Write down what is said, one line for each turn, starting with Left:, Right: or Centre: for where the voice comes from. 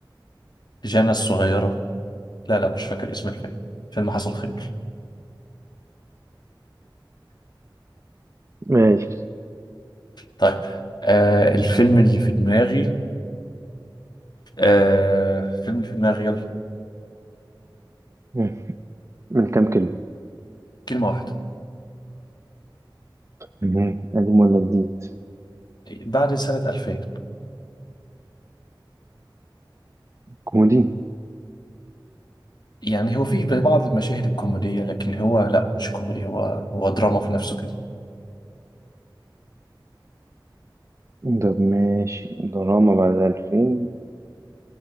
Left: جانا الصغيرة لا لا مش فاكر اسم الفيلم فيلم حصل خير
Right: ماشي
Left: طيب آه الفيلم اللي في دماغي آه الفيلم اللي في دماغي يلا
Right: مم. من كام كلمة
Left: كلمة واحدة
Right: مم. قديم ولا جديد
Left: بعد سنة 2000
Right: كوميدي
Left: يعني هو فيه بعض المشاهد الكوميدية لكن هو لا مش كوميدي هو هو دراما في نفسه كده
Right: طب ماشي دراما بعد ألفين